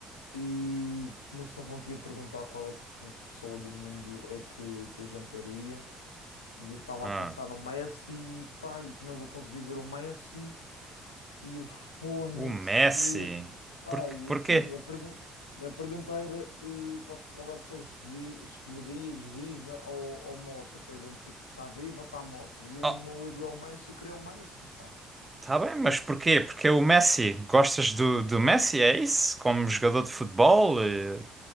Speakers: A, on the left; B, on the right.
A: e me estavam aqui a perguntar qual é com que pessoa do mundo é que, que eu jantaria. E eu estava
B: Ah,
A: a pensar no Messi, pá, e que não vou conseguir ver o Messi. E o Fónix,
B: o Messi?
A: eh, pá,
B: Por,
A: e,
B: porquê?
A: sim, a pergunta, a pergunta era eh, qual, qual é a pessoa que escolhi- escolherias viva ou, ou morta, para a gente que está viva ou está morta. E o
B: Oh,
A: meu ídolo é o Messi, eu queria o Messi, pá.
B: tá bem, mas porquê? Porque é o Messi. Gostas do, do Messi? É isso? Como jogador de futebol? Eh,